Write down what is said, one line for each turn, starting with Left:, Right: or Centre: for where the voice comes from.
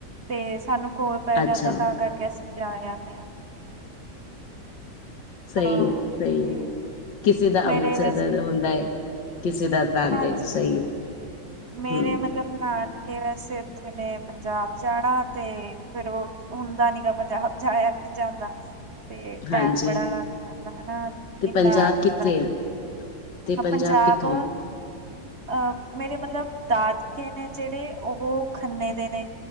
Right: ਤੇ ਸਾਨੂੰ ਕੋਲ ਪੈ ਜਾਂਦਾ,
Left: ਅੱਛਾ।
Right: ਤਾਂ ਕਰਕੇ ਅਸੀਂ ਜਾ ਜਾਂਦੇ ਹਾਂ।
Left: ਸਹੀ
Right: ਹਾਂ
Left: ਹੈ ਸਹੀ
Right: ਤੇ
Left: ਹੈ। ਕਿਸੇ ਦਾ
Right: ਮੇਰੇ
Left: ਅੰਮ੍ਰਿਤਸਰ
Right: ਵੈਸੇ
Left: ਹੁੰਦਾ ਹੈ, ਕਿਸੇ ਦਾ ਨਾਂਦੇੜ
Right: ਹਾਂਜੀ
Left: ਸਹੀ ਹੈ,
Right: ਮੇਰੇ
Left: ਹੂੰ
Right: ਮਤਲਬ ਨਾ ਜਾਣ ਕੇ ਵੈਸੇ ਉੱਥੇ ਨੇ ਪੰਜਾਬ ਜਾਣਾ, ਤੇ ਫੇਰ ਉਹ ਹੁੰਦਾ ਨੀ ਗਾ ਪੰਜਾਬ ਜਾ ਪਾਇਆ ਵੀ ਨਹੀਂ ਜਾਂਦਾ ਤੇ ਟੈਮ
Left: ਹਾਂਜੀ
Right: ਬੜਾ ਲੱਗ ਜਾਂਦਾ ਹੈਨਾ,
Left: ਤੇ
Right: ਇਨਾ
Left: ਪੰਜਾਬ
Right: ਹੁੰਦਾ
Left: ਕਿੱਥੇ
Right: ਨੀ।
Left: ਹੈ? ਤੇ
Right: ਪੰਜਾਬ
Left: ਕਿੱਥੋਂ?
Right: ਅਹ ਮੇਰੇ ਮਤਲਬ ਦਾਦਕੇ ਨੇ ਜਿਹੜੇ, ਉਹ ਖੰਨੇ ਦੇ ਨੇ